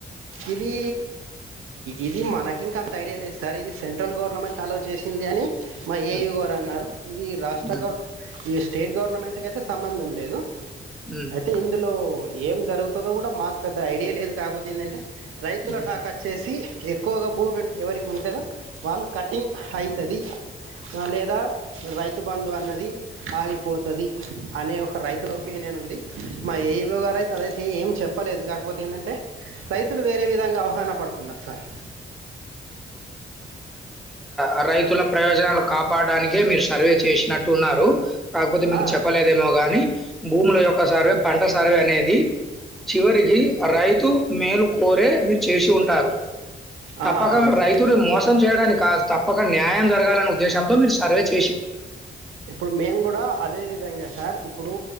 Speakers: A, on the right; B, in the centre.
A: ఇది ఇది మనకి ఇంకంత ఐడియా లేదు సార్ ఇది సెంట్రల్ గవర్నమెంట్ అలో చేసింది అని మా
B: హ్మ్.
A: ఏవిగారన్నార్ ఇది రాష్ట్ర
B: హ్మ్.
A: గవర్న ఇది స్టేట్ గవర్నమెంట్ కయితే స్ సంబంధం లేదు.
B: హ్మ్.
A: అయితే, ఇందులో ఏం జరుగుతదో కూడా, మాకు పెద్దగ ఐడియా లేదు కాబోతే ఏందంటే? రైతులటాకచ్చేసి
B: హ్మ్.
A: ఎక్కువగా భూముంటె, ఎవరికి ఉంటదో వాళ్ళు కటింగ్ అయితది. ఆ లేదా? రైతు బందు అన్నది ఆగిపోతది అనే ఒక రైతుల ఒపీనియన్ ఉంది. మా ఏ ఈ ఓ గారైతే అదైతే ఏం చెప్పలేదు, కాకపోతే ఎందంటే రైతులు వేరే విధంగా అవగాహన పడుతున్నరు సార్.
B: అ రైతుల ప్రయోజనాలక్ కాపాడానికే మీరు సర్వే చేసినట్టు ఉన్నారు? కాకపోతే మీకు
A: ఆ
B: చెప్పలేదేమో కానీ, భూముల యొక్క సర్వే పంట సర్వే అనేది చివరికి అ రైతు మేలు కోరే, మీరు చేసి ఉంటారు!
A: ఆ
B: పక్కగా
A: అవును సార్
B: రైతుని మోసం చేయడానికి కాద్ తప్పక న్యాయం జరగాలనే ఉద్దేశంతో మీర్ సర్వే చే
A: ఇప్పుడు మేము కూడా, అదే విధంగా సార్. ఇప్పుడు